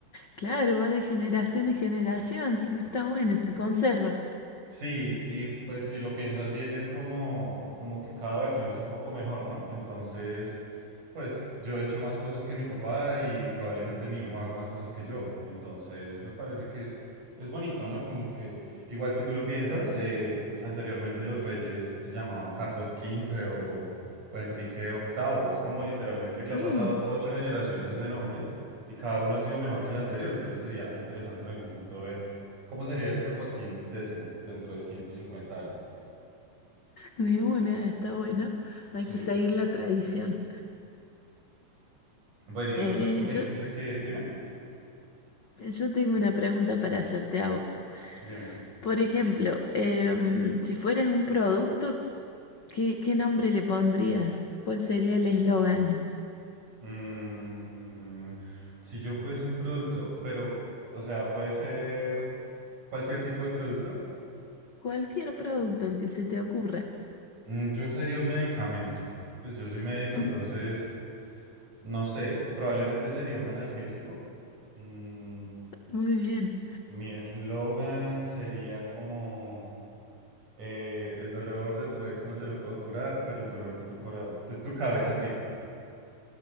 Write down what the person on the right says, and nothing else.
Sí, y pues si lo piensas bien es como, como que cada versión es un poco mejor, ¿no? Entonces, pues yo he hecho más cosas que mi papá y probablemente mi hijo haga más cosas que yo. Entonces, me parece que es, es bonito, ¿no? Como que igual si tú lo piensas, eh, anteriormente los reyes se llamaban Carlos quince o, o Enrique octavo Es como literalmente que ha
pasado ocho generaciones ese nombre y cada uno ha sido mejor que el anterior. Entonces sería interesante en algún punto ver ¿Cómo sería el Héctor Joaquín décimo dentro de 150 años?
Sí.
Bueno, y entonces
tú me dijiste
que, dime,
dime,
Mm, si yo fuese un producto, pero, o sea, puede ser cualquier tipo de producto,
Mm, yo sería un medicamento. Pues yo soy médico, entonces,
no sé, probablemente sería un analgésico. Mm,
mi eslogan sería como, eh, el dolor de tu ex no te lo puedo curar, pero el dolor de tu cora- de tu cabeza sí.